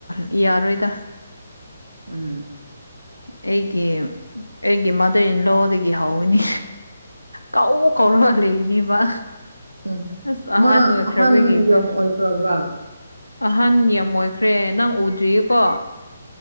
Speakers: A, on the left; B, on the right.
A: ꯌꯥꯔꯣꯏꯗ
B: ꯎꯝ
A: ꯑꯩꯒꯤ ꯑꯩꯒꯤ ꯃꯥꯗꯔ ꯏꯟ ꯂꯣꯗꯒꯤ ꯍꯧꯕꯅꯤ ꯀꯥꯎ ꯀꯧꯔ ꯂꯩꯅꯤꯕ
B: ꯎꯝ
A: ꯑꯁ ꯑꯍꯥꯟ
B: ꯃꯥ
A: ꯑꯣꯏꯈ꯭ꯔꯕꯒꯤꯀꯣ
B: ꯑꯍꯟ ꯌꯥꯝ ꯑꯣꯏꯈ꯭ꯔꯕ꯭ꯔꯥ
A: ꯑꯍꯟ ꯌꯥꯝ ꯑꯣꯏꯈ꯭ꯔꯦ ꯅꯪ ꯎꯗ꯭ꯔꯤꯌꯦꯀꯣ